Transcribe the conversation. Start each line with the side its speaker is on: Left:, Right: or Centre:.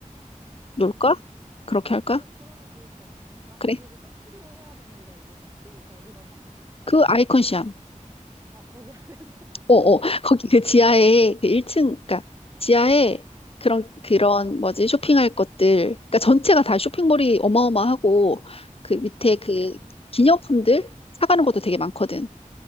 Left: 놀까?
Right: 음,
Left: 그렇게 할까?
Right: 어, 그러면 좋을 것 같아. 나
Left: 그래.
Right: 그리고 쇼핑도 해야 되는데, 우리 쇼핑은 어디 가서 할까, 그러면?
Left: 그 아이콘시암.
Right: 어, 거기 안에 <laughs>
Left: 어어. <laughs> 거기 그 지하에 그 1층
Right: 어,
Left: 그러니까 지하에 그런 그런
Right: 어.
Left: 뭐지? 쇼핑할 것들. 그러니까 전체가 다 쇼핑몰이
Right: 음,
Left: 어마어마하고 그 밑에
Right: 음,
Left: 그 기념품들
Right: 어,
Left: 사가는 것도 되게 많거든.